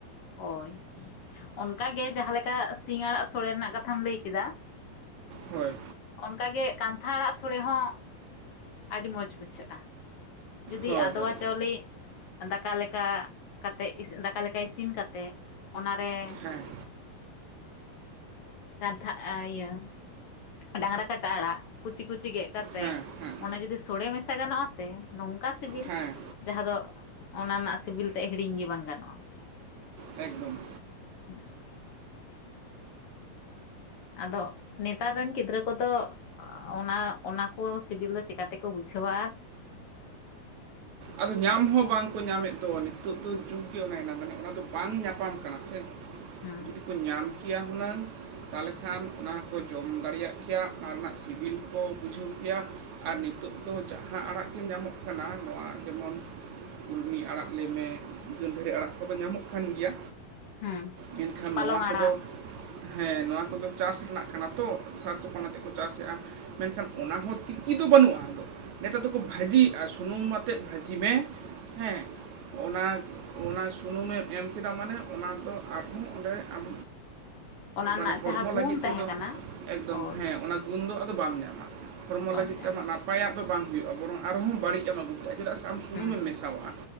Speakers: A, on the left (about 70°); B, on the right (about 75°).
A: ᱦᱳᱭ ᱚᱱᱠᱟᱜᱮ ᱡᱟᱦᱟᱸᱮ ᱞᱮᱠᱟ ᱥᱤᱧ ᱟᱲᱟᱜ ᱥᱳᱲᱮ ᱨᱮᱱᱟᱜ ᱠᱟᱛᱷᱟᱢ ᱞᱟᱹᱭ ᱠᱮᱫᱟ
B: ᱦᱳᱭ
A: ᱚᱱᱠᱟᱟᱜ ᱜᱮ ᱠᱟᱱᱛᱷᱟ ᱟᱲᱟᱜ ᱥᱳᱲᱮ ᱦᱚᱸ ᱟᱹᱰᱤ ᱢᱚᱸᱡᱽ ᱵᱩᱡᱷᱟᱹᱜᱼᱟ ᱡᱩᱫᱤ
B: ᱦᱳᱭ
A: ᱟᱫᱣᱟ
B: ᱦᱳᱭ
A: ᱪᱟᱣᱞᱮ ᱫᱟᱠᱟ ᱞᱮᱠᱟ ᱠᱟᱛᱮ ᱫᱟᱠᱟᱮ ᱞᱮᱠᱟ ᱤᱥᱤᱱ ᱠᱟᱛᱮ ᱛᱮ ᱚᱱᱟᱨᱮ
B: ᱦᱮᱸ
A: ᱠᱟᱛᱷᱟ ᱤᱭᱟᱹ ᱰᱟᱝᱨᱟ ᱠᱟᱴᱟ ᱟᱲᱟᱜ ᱠᱩᱪᱤ ᱠᱩᱪᱤ ᱜᱮ ᱠᱟᱛᱮ
B: ᱦᱮᱸ ᱦᱮᱸ
A: ᱚᱱᱮ ᱡᱩᱫᱤ ᱥᱳᱲᱮ ᱢᱮᱥᱟ ᱜᱟᱱᱚᱜᱼᱟ ᱥᱮ ᱱᱚᱝᱠᱟ ᱥᱤᱵᱤᱞ
B: ᱦᱮᱸ
A: ᱡᱟᱦᱟᱸ ᱫᱚ ᱚᱱᱟ ᱨᱮᱱᱟᱜ ᱥᱤᱵᱤᱞ ᱛᱮ ᱦᱤᱲᱤᱧ ᱜᱮ ᱵᱟᱝ ᱜᱟᱱᱚᱜᱼᱟ
B: ᱮᱠᱫᱚᱢ
A: ᱦᱩᱸ ᱟᱫᱚ ᱱᱮᱛᱟᱨ ᱨᱮᱱ ᱜᱤᱫᱽᱨᱟᱹ ᱠᱚᱫᱚ ᱚᱱᱟ ᱚᱱᱟ ᱠᱩ ᱥᱤᱵᱤᱞ ᱫᱚ ᱪᱮᱠᱟᱛᱮᱠᱚ ᱵᱩᱡᱷᱟᱹ ᱥᱷᱣᱟᱛ
B: ᱟᱫᱚ ᱧᱟᱢ ᱦᱚᱸ ᱵᱟᱝᱠᱚ ᱧᱟᱢᱮᱫ ᱫᱚ ᱱᱤᱛᱚᱜ ᱫᱚ ᱡᱩᱜ ᱜᱮ ᱚᱱᱟᱭᱮᱱᱟ ᱢᱟᱱᱮ ᱚᱱᱟ ᱫᱚ ᱵᱟᱝ ᱧᱟᱯᱟᱢ ᱠᱟᱱᱟ ᱥᱮ
A: ᱦᱩᱸ
B: ᱡᱩᱫᱤ ᱠᱚ ᱧᱟᱢ ᱠᱮᱭᱟ ᱦᱩᱱᱟᱹᱝ ᱛᱟᱦᱚᱞᱮ ᱠᱷᱟᱱ ᱚᱱᱟ ᱠᱚ ᱡᱚᱢ ᱫᱟᱲᱮᱭᱟᱜ ᱠᱮᱭᱟ ᱚᱱᱟ ᱨᱮᱱᱟᱜ ᱥᱤᱵᱤᱞ ᱠᱚ ᱵᱩᱡᱷᱟᱹᱣ ᱠᱮᱭᱟ ᱟᱨ ᱱᱤᱛᱚᱜ ᱫᱚ ᱡᱟᱦᱟᱸ ᱟᱲᱟᱜ ᱜᱮ ᱧᱟᱢᱚᱜ ᱠᱟᱱᱟ ᱱᱚᱣᱟ ᱡᱮᱢᱚᱱ ᱠᱩᱞᱢᱤ ᱟᱲᱟᱜ ᱞᱟᱹᱭᱢᱮ ᱜᱟᱫᱷᱟᱹᱨᱤ ᱟᱲᱟᱜ ᱠᱚᱫᱚ ᱧᱟᱢᱚᱜ ᱠᱟᱱ ᱜᱮᱭᱟ
A: ᱦᱩᱸ
B: ᱢᱮᱱᱠᱷᱟᱱ
A: ᱯᱟᱞᱚᱝ
B: ᱱᱚᱣᱟ ᱠᱚᱫᱚ
A: ᱟᱲᱟᱜ
B: ᱦᱮᱸ ᱱᱚᱣᱟ ᱠᱚᱫᱚ ᱪᱟᱥ ᱨᱮᱱᱟᱜ ᱠᱟᱱᱟ ᱛᱚ ᱥᱟᱨ ᱪᱚᱯ ᱟᱛᱮᱜ ᱠᱚ ᱪᱟᱥᱮᱫᱼᱟ ᱢᱮᱱᱠᱷᱟᱱ ᱚᱱᱟ ᱦᱚᱸ ᱛᱤᱠᱤᱱ ᱵᱟᱹᱱᱩᱜᱼᱟ ᱱᱤᱛᱟᱨ ᱫᱚᱠᱚ ᱵᱷᱟᱹᱡᱤᱭᱜᱼᱟ ᱥᱩᱱᱩᱢ ᱠᱟᱛᱮᱫ ᱵᱷᱟᱹᱡᱤ ᱢᱮ ᱦᱮᱸ ᱚᱱᱟ ᱚᱱᱟ ᱥᱩᱱᱩᱢ ᱮᱢ ᱠᱮᱫᱟ ᱢᱟᱱᱮ ᱚᱱᱟ ᱫᱚ ᱟᱨᱦᱚᱸ ᱚᱸᱰᱮ ᱟᱢ
A: ᱚᱱᱟ ᱨᱮᱱᱟᱜ
B: ᱢᱟᱱᱮ
A: ᱡᱟᱦᱟᱸ
B: ᱦᱚᱲᱢᱚ
A: ᱜᱩᱱ
B: ᱞᱟᱹᱜᱤᱫ
A: ᱛᱟᱦᱮᱸ
B: ᱛᱮᱫᱚ
A: ᱠᱟᱱᱟ
B: ᱮᱠᱫᱚᱢ
A: ᱦᱳᱭ
B: ᱦᱮᱸ ᱚᱱᱟ ᱜᱩᱱ ᱫᱚ ᱟᱫᱚ ᱵᱟᱢ ᱧᱟᱢᱟ ᱦᱚᱲᱢᱚ
A: ᱵᱟᱢ
B: ᱞᱟᱹᱜᱤᱫ
A: ᱧᱟᱢ
B: ᱛᱮ ᱟᱢᱟᱜ ᱱᱟᱯᱟᱭᱟᱜ ᱫᱚ ᱵᱟᱝ ᱦᱩᱭᱩᱜᱼᱟ ᱵᱚᱨᱚᱝ ᱟᱨᱦᱚᱸ ᱵᱟᱹᱲᱤᱡ ᱮᱢ ᱟᱹᱜᱩ ᱠᱟᱜ ᱪᱮᱫᱟᱜ ᱥᱮ ᱟᱢ ᱥᱩᱱᱩᱢ
A: ᱦᱩᱸ
B: ᱮᱢ ᱢᱮᱥᱟᱣᱟᱜᱼᱟ